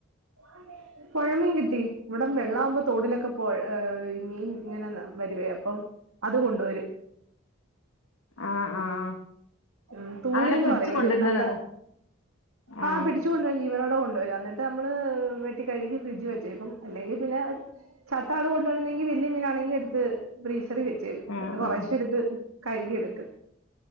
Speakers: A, on the right; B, on the left.
A: <inaudible> പൊഴമീം കിട്ടി. ഇവിട വെള്ളം ആവുമ്പോ തോടിലൊക്കെ പോഴാ മീൻ ഇങ്ങനെ വരുവേ അപ്പം അതുകൊണ്ടുവരും.
B: ആഹ്, ആഹ്.
A: ഉം തൂളിന്ന്
B: അങ്ങനെ പിടിച്ചു
A: പറയും
B: കൊണ്ടിരുന്നതാണോ
A: ഒരു നല്ല ആ
B: ആഹ്
A: പിടിച്ച് കൊണ്ടുവരും ജീവനോടെ കൊണ്ടുവരും അന്നി ട്ട് അമ്മള് വെട്ടി കഴുകി ഫ്രിഡ്ജി വെച്ചേക്കും അല്ലെങ്കി പിന്നെ ചത്താണ് കൊണ്ടുവരുന്നെങ്കി വല്യ മീനാണെങ്കി എടുത്ത് ഫ്രീസറി വെച്ചേക്കും.
B: ആഹ്
A: എന്നിട്ട് കുറേശെ
B: ആഹ്
A: എടുത്ത് കഴുകി എടുക്കും.